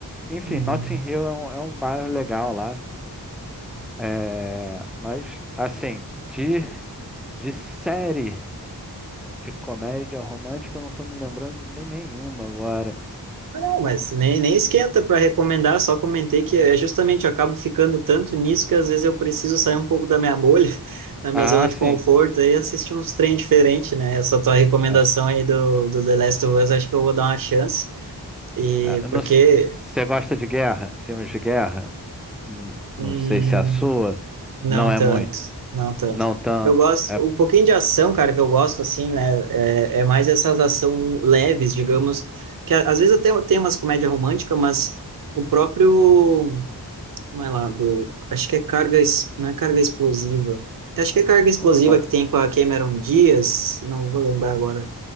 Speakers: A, in the centre; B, on the right.
A: Enfim,
B: uhum.
A: Notting Hill é um, é um bairro legal lá. É, mas, assim, de, de série de comédia romântica, eu não estou me lembrando de nenhuma agora.
B: Ah, Não, mas nem, nem esquenta para recomendar, só comentei que é justamente eu acabo ficando tanto nisso que às vezes eu preciso sair um pouco da minha bolha, <laughs> da minha
A: Ah,
B: zona de
A: sim.
B: conforto, e assistir uns trem diferentes, né? Essa tua recomendação
A: Ah,
B: aí do, do The Last of Us, acho que eu vou dar uma chance, e
A: ah, não
B: porque.
A: s- Você gosta de guerra? Filmes de guerra? Hum, Não
B: hum,
A: sei se é a sua.
B: Não
A: Não é
B: tanto,
A: muito.
B: não tanto.
A: Não tanto.
B: Eu gosto,
A: É.
B: um pouquinho de ação, cara, que eu gosto, assim, né? É, é mais essas ação leves, digamos, que a- às vezes até tem umas comédia romântica, mas o próprio, como é lá, do, acho que é carga, ex- não é carga explosiva. Acho que é carga explosiva
A: co- co-
B: que tem com a Cameron Diaz, não vou lembrar agora.